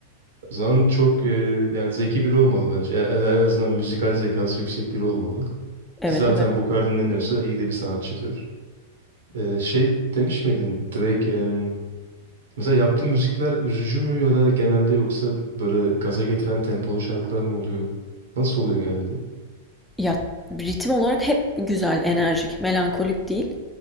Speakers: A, on the right; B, in the centre.
A: O zaman çok e, yani zeki biri olmalı bence. En, en en azından müzikal zekası yüksek biri olmalı.
B: Evet
A: Ki zaten
B: evet.
A: bu kadar dinleniyorsa iyi de bir sanatçıdır. Ee, şey demiş miydin Drake em, mesela yaptığı müzikler üzücü mü ya da genelde yoksa böyle gaza getiren tempolu şarkılar mı oluyor? Nasıl oluyor genelde?
B: Ya ritim olarak hep güzel, enerjik, melankolik değil.